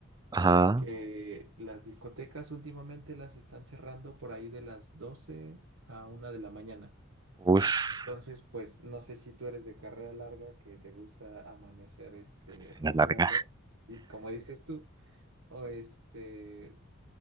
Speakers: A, on the right; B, on the right.
A: Ajá,
B: que las discotecas últimamente las están cerrando por ahí de las 12 a una de la mañana.
A: uff,
B: Entonces, pues no sé si tú eres de carrera larga, que te gusta amanecer este rumbeando,
A: La larga.
B: di- como dices tú, o este,